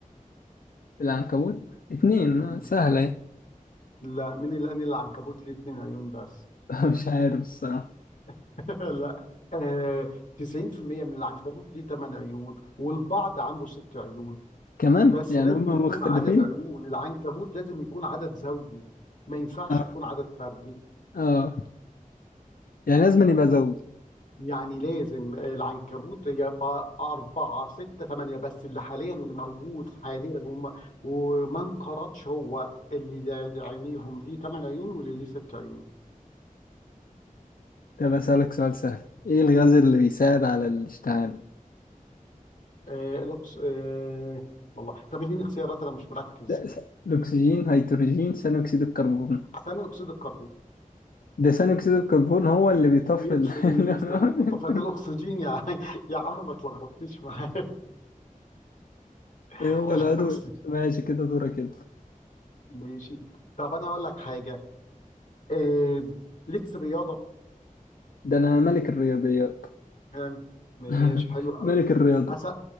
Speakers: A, on the left; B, on the left.
A: العنكبوت اتنين
B: مم.
A: آه، سهله
B: لا مين اللي قال إن العنكبوت ليه اتنين عيون بس
A: اهي <laughs> مش عارف الصراحه
B: <laughs> لا آه 90% من العنكبوت ليه تمن عيون والبعض عنده ست عيون
A: كمان
B: بس
A: يعني
B: لازم
A: هم
B: يكون
A: مختلفين
B: عدد عيون العنكبوت لازم يكون عدد زوجي ما ينفعش
A: اه
B: يكون عدد فردي
A: اه يعني لازم يبقى زوج
B: يعني لازم العنكبوت يبقى أربعة ستة تمانية بس اللي حاليا اللي موجود حاليا وما, وما انقرضش هو اللي عينيهم ليه تمن عيون واللي ليه ست عيون
A: طب اسالك سؤال سهل ايه الغاز اللي بيساعد على الاشتعال
B: آه الأكس... آه والله طب اديني اختيارات انا مش مركز
A: ده س- الاكسجين هيدروجين ثاني اكسيد الكربون
B: ثاني اكسيد الكربون
A: ده ثاني اكسيد الكربون هو اللي بيطفي
B: بيطفي
A: ال-
B: اللي بنستخدمه
A: <laughs>
B: في الطفايه ده الاكسجين يا عم يا عم ما تلخبطنيش معايا <laughs>
A: ايه هو
B: الاكسجين
A: العضو ماشي كده دورك كده
B: ماشي طب انا هقول لك حاجه آه ليك في الرياضه
A: ده انا ملك الرياضيات
B: يعني ماشي
A: <laughs>
B: حلو قوي
A: ملك الرياضة
B: أسأل...